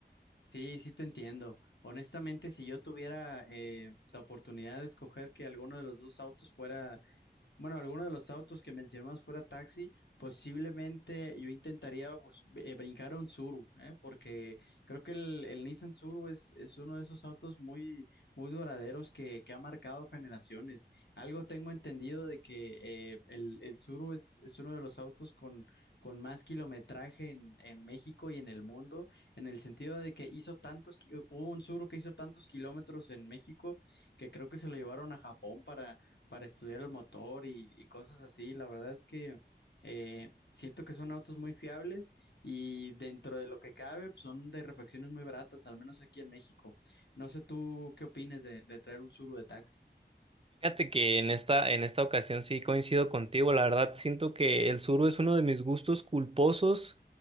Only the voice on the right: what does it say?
Fíjate que en esta, en esta ocasión sí coincido contigo, la verdad siento que el sur es uno de mis gustos culposos,